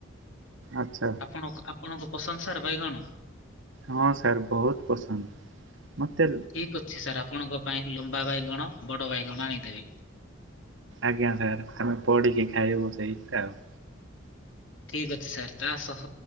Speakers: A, on the right; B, on the left.
A: ଆଚ୍ଛା।
B: ଆପଣ ଆପଣଙ୍କୁ ପସନ୍ଦ ସାର୍ ବାଇଗଣ।
A: ହଁ ସାର୍ ବହୁତ୍ ପସନ୍ଦ୍। ମତେ।
B: ଠିକ ଅଛି ସାର୍ ଆପଣଙ୍କ ପାଇଁ ଲମ୍ବା ବାଇଗଣ। ବଡ଼ ବାଇଗଣ ଆଣିଦେବି।
A: ଆଜ୍ଞା ସାର୍ ଆମେ ପୋଡ଼ିକି ଖାଇବୁ ସେଇଟା ଆଉ।
B: ଠିକ ଅଛି ସାର୍ ତା ସହ